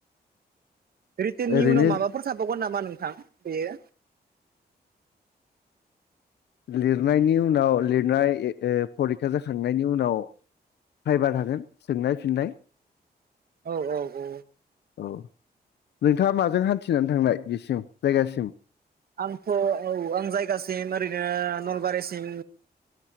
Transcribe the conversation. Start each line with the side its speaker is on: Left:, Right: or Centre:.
Right: रिटेन
Left: ओरैनो
Right: उनाव माबाफोर जाबावगोन नामा नोंथां बेयो
Left: लिरनायनि उनाव लिरनाय फरिखा जाखांनायनि उनाव फाइबा थागोन सोंनाय -फिननाय
Right: औ औ औ
Left: औ नोंथाङा माजों हान्थिनानै थांनाय बेसिम जायगासिम
Right: आंथ' औ आं जायगासिम ओरैनो नलबारिसिम